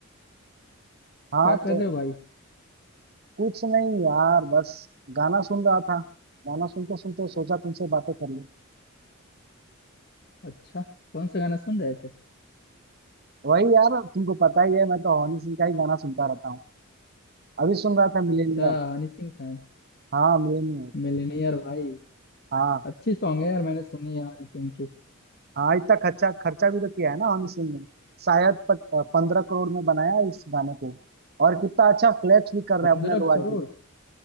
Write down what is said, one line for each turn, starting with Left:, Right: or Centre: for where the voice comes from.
Right: हाँ
Left: क्या कर
Right: तो
Left: रहे हो भाई
Right: कुछ नहीं यार बस गाना सुन रहा था गाना सुनते सुनते सोचा तुमसे बातें कर लूँ
Left: अच्छा कौन सा गाना सुन रहे थे
Right: वही यार तुमको पता ही है मैं तो हनी सिंह का ही गाना सुनता रहता हूँ अभी सुन रहा था मिलेनियर
Left: अच्छा हनी सिंह फैन
Right: हाँ मिलेनियर
Left: मिलनियर भाई
Right: हाँ
Left: अच्छी सॉन्ग है यार मैंने सुनी है हनी सिंह की
Right: हाँ इतना खर्चा खर्चा भी तो किया है ना हनी सिंह ने शायद पंद्रह करोड़ में बनाया इस गाने को और कितना अच्छा फ्लेक्स भी कर रहे
Left: पंद्रह
Right: हैं अपने रॉयल्टी
Left: करोड़
Right: को,